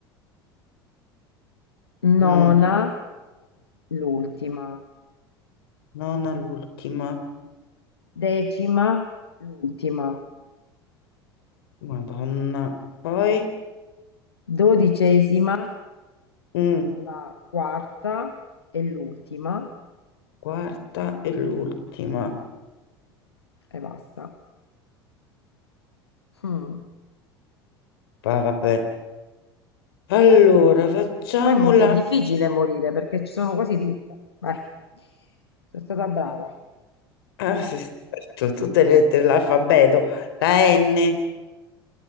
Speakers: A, on the left (about 65°); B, on the left (about 80°).
A: mm.
B: Nona, l'ultima.
A: nona l'ultima,
B: Decima, l'ultima.
A: Madonna. Poi,
B: dodicesima,
A: mm,
B: la quarta e l'ultima
A: quarta e l'ultima.
B: e basta. Mm.
A: Va, vabbè. Allora, facciamola.
B: Poi mo- è difficile morire perché ci sono quasi tutte. Vai, sono stata brava.
A: Ah, <laughs> sì, sì, aspetta, tutte le lettere dell'alfabeto. La N.